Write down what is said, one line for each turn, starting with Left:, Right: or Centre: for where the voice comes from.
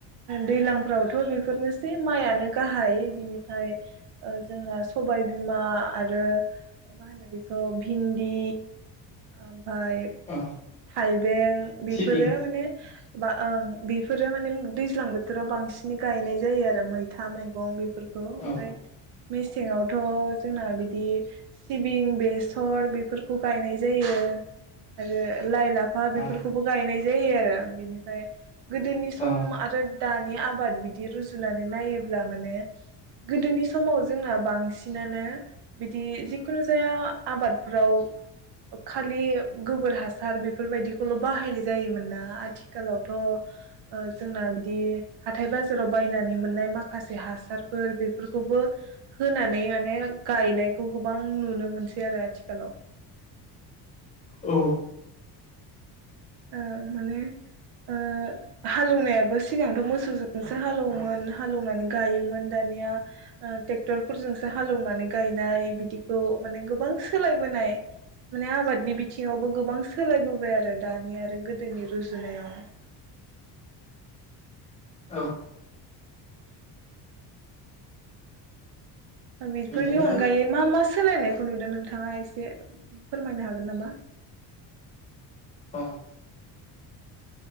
Right: दैलांफ्रावथ' बेफोरनोसै माइयानो गाहाय बिनिफ्राय ओ जोंना सबायबिमा आरो मा होनो बेखौ भिन्दि ओमफ फाय
Left: औ
Right: थाइबें बेफोरो
Left: सिबिं
Right: माने बा ओं बेफोरो माने दैज्लां बोथोराव बांसिनै गायनाय जायो आरो मैथा मैगं बेफोरखौ ओमफ्राय
Left: औ
Right: मेसेंआवथ' जोंना बिदि सिबिं बेसर बेफोरखौ गायनाय जायो आरो लाइ लाफ फा बेफोरखौबो
Left: औ
Right: गायनाय जायो आरो बिनिफ्राय गोदोनि सम
Left: औ
Right: आरो दान नि आबाद बिदि रुजुनानै नायोब्ला माने गोदोनिस समाव जोंना बांसिनानो बिदि जिखुनु जाया आबादफ्राव खालि गोबोर हासार बेफोरबायदिखौल' बाहायनाय जायोमोन ना आथिखालावथ' ओ जोंना बिदि हाथाय बाजाराव बायनानै मोननाय माखासे हासारफोर बेफोरखौ खौबो होनानै माने गायनायखौ गोबां नुनो मोनसै आरो आथिखालाव।
Left: औ।
Right: ओ माने ओं हालेवनायाबो सिगांथ' मोसौजोंसो हालेवोमोन हालेवनानै गायोमोन दानिया ओ टेक्टरफोरजोंसो हालेवनानै गायनाय बिदिखौ माने गोबां सोलायबोनाय माने आबादनि बि बिथिङावबो गोबां सोलायबोबाय आरो। दानि आरो गोदोनि रुजुनायाव
Left: औ।
Right: बेफोरनि
Left: बिदिनो
Right: अनगायै मा मा सोलायनायखौ नुदों नोंथाङा एसे फोरमायनो हागोन नामा?
Left: औ